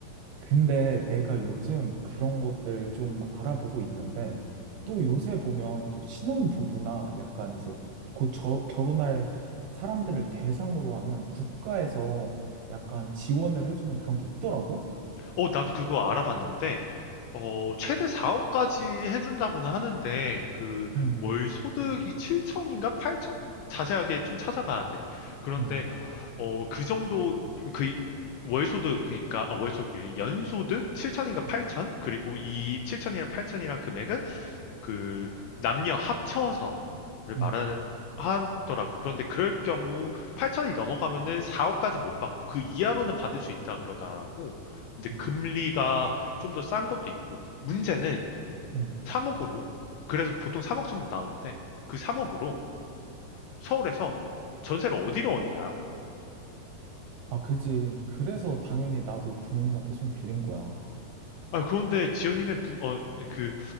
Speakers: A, on the right; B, on the left.
A: 근데 내가 요즘 그런 것들 좀 알아보고 있는데
B: 음.
A: 또 요새 보면 또 신혼 부부나 약간 이제 곧 저- 결혼할 사람들을 대상으로 하는 국가에서 약간 지원을 해주는 그런 게 있더라고.
B: 어, 나도 그거 알아봤는데, 어, 최대 4억까지 해준다고는 하는데, 그,
A: 음,
B: 월 소득이 7천인가 8천? 자세하게 좀 찾아봐야 돼. 그런데
A: 음,
B: 어, 그 정도, 그, 월소득, 그니까, 아, 월소득이, 연소득 7천인가 8천?
A: 음,
B: 그리고 이 7천이랑 8천이랑 금액은 그, 남녀 합쳐서를
A: 음,
B: 말하, 하더라고. 그런데 그럴 경우 8천이 넘어가면은 4억까지 못 받고 그 이하로는 받을 수 있다 그러더라고. 근데
A: 음,
B: 금리가 좀 더 싼 것도 있고, 문제는
A: 음,
B: 3억으로, 그래서 보통 3억 정도 나오는데, 그 3억으로 서울에서 전세를 어디로 얻냐.
A: 아, 그지. 그래서 당연히 나도 부모님한테 손 빌린 거야.
B: 아, 그런데 지연이네 부, 어, 그,